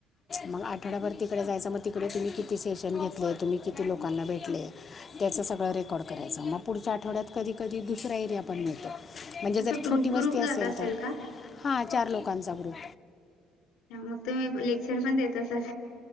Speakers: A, on the left (about 35°); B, on the left (about 85°).
A: मग आठवड्याभर तिकडे जायचं, मग तिकडे तुम्ही किती सेशन घेतलेय, तुम्ही किती लोकांना भेटले- त्याचं सगळं रेकॉर्ड करायचं, मग पुढच्या आठवड्यात कधी, कधी दुसरा एरिया पण मिळतं. म्हणजे
B: असं
A: जर
B: ग्रुप
A: छोटी वस्ती
B: ग्रुप
A: असेल
B: जात
A: तर,
B: का
A: हा चार लोकांचा ग्रुप.
B: त्यामुळं तुम्ही, लेक्चर पण देत असाल?